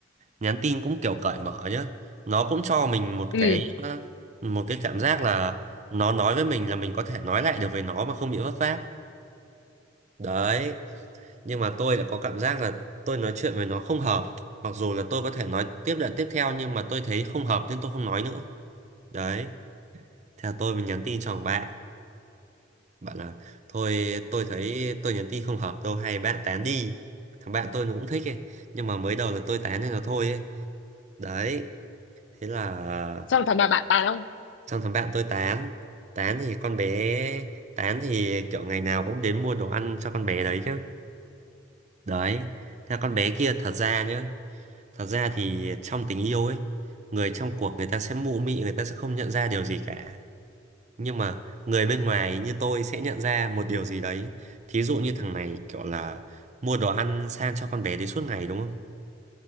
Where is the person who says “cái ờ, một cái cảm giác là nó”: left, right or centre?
Right